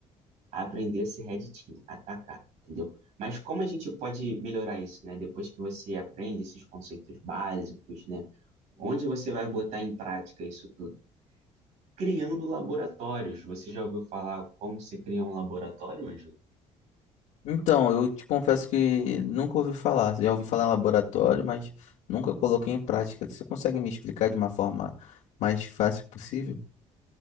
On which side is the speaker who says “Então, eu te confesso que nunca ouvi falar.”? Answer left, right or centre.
Left